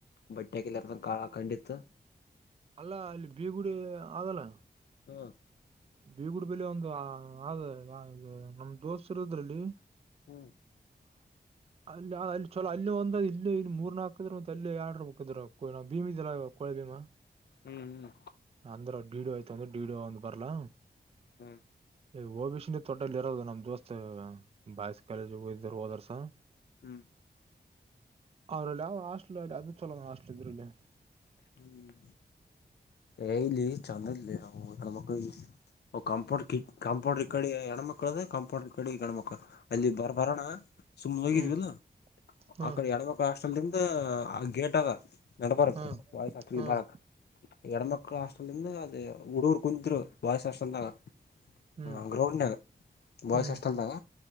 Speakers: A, on the left (about 75°); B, on the right (about 35°).
A: ಬಟ್ಟೆಕೆಲೆರ್ದಂಗ್ ಕಾಳ ಕಂಡಿತ್ತ.
B: ಅಲ್ಲ ಇಲ್ ಬೀಗುಡಿ ಆಗಲ್ಲ.
A: ಹಾ
B: ಬೀಗುಡ್ ಬೆಲೆ ಒಂದು ಅ ಇ ನಮ್ ದೋಸ್ತ್ರು ಇದ್ರಲ್ಲಿ.
A: ಹ್ಮ್
B: <unintelligible> ಅಲ್ಲ ಅಲ್ ಚಲೋ ಅಲ್ಲಿ ಒಂದ್ ಇಲ್ಲಿ ಇಲ್ಲಿ ಮೂರ್ ನಕದ್ರ ಮತ್ ಅಲ್ಲಿ ಆಡ್ರ ಬಿದ್ರ ಭೀಮಿದಲ್ಲ. ಅದಿಮ
A: ಹ್ಮ್ ಹ್ಮ್
B: ಅಂದ್ರ ಡೀಡೋ ಆಯ್ತ ಅಂದ್ರೆ ಡೀಡೋ ಒಂದ್ ಬರ್ಲಾ.
A: ಹ್ಮ್
B: ಏ ಒ ಬಿ ಶಿ ನೆ ತೊಡಲ್ ಇರೋದು ನಮ್ ದೋಸ್ತ್ ಬಾಯ್ಸ್ ಕಾಲೇಜ್ ಹೋಗಿದ್ರು ಹೋದೊರ್ಷ.
A: ಹ್ಮ್
B: ಅವ್ರಲ್ ಯಾವ್ ಹಾಸ್ಟಲ್ ಅದು ಚಲೋಣ ಹಾಸ್ಟ್ಲ್ ಇದ್ರಲ್ಲಿ.
A: ಹ್ಮ್ ಏ ಇಲ್ ಚಂದಿಲ್ಲ ನಮ್ ಹೆಣ್ಮಕ್ಳಿಗೆ. ಕಂಪೌಂಡರ್ ಕಿ ಕಂಪೌಂಡರ್ ಇಕಡಿ ಹೆಣ್ಮಕ್ಕಳ್ ಅದ ಕಂಪೌಂಡರ್ ಕಡಿ ಗಣ್ಮಕ್ ಕ ಅಲ್ಲಿ ಬರ್ ಬರೋಣ ಸುಮ್ಮ್ ಹೋಗಿದ್ವಲೊ
B: ಹ್ಮ್ ಹ್ಮ್
A: ಆ ಕಡೆ ಹೆಣ್ಮಕ್ಳ ಹಾಷ್ಟೆಲಿಂ ತ್ತ ಆ ಗೇಟ್ ಆಗ ನಡ್ಬಾರಕ್
B: ಹ್ಮ್
A: ಬಾಯ್ಸ್ ಹಾಸ್ಟೆಲ್ಗ್
B: ಹ್ಮ್
A: ಬರಕ್ ಎಡ ಮಕ್ಳ ಹಾಸ್ಟಲ್ ಅಲ್ಲಿಂದ ಅದೇ ಹುಡುಗ್ರು ಕುಂತ್ರು ಬಾಯ್ಸ್ ಹಾಸ್ಟೆಲ್ದಾಗ.
B: ಹ್ಮ್
A: ಹ ಗ್ರೌಂಡ್ನಾಗ ಬಾಯ್ಸ್
B: ಹ್ಮ್
A: ಅಷ್ಟಲ್ದಾಗ